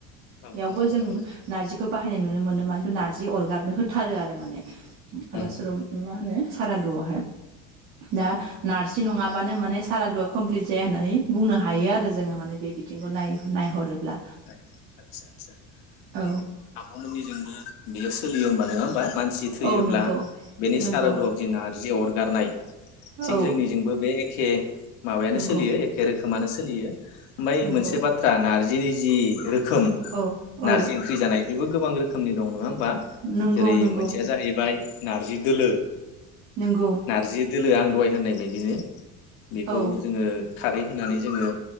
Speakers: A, on the left; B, on the right.
A: औ
B: यावबो जों
A: सोमोन्दो
B: नारजिखौ बाहायनाय नुनो मोनो मानसिफोर नारजि अरगारनो होथारो आरो माने आरो
A: उम
B: सोरोम मा होनो सारादुआवहाय दा
A: उम
B: नारजि नङा मानो माने सारादुवा कमप्लिट जाया होननानै बुंनो हायो आरो जोङो माने बे बिथिंखौ नाय नायहरोब्ला।
A: ओ आदसा आदसा
B: औ
A: नंगौ आब'मोननिजोंबो बेयो सोलियो होनबा नङा होमबा मानसि थैयोब्ला
B: औ नंगौ
A: बेनि
B: नंगौ
A: सारादुआव जि ना जि अरगारनाय थिग
B: औ
A: जोंनिजोंबो बे खे माबायानो
B: नंगौ
A: सोलियो एखे रोखोमानो सोलियो ओमफ्राय
B: नंगौ
A: मोनसे बाथ्रा नारजिनि जि रो खोम
B: औ औ
A: नारजि ओंख्रि जानाय बेबो गोबां रोखोमनि दं नङा हो बा
B: नंगौ
A: जेरै
B: नंगौ
A: मोनसेया जाहैबाय नारजि दोलो
B: नोंगौ।
A: नारजि दोलो आं दहाय होननाय बायदिनो बेखौ
B: औ
A: जोङो खारै होनानै जोङो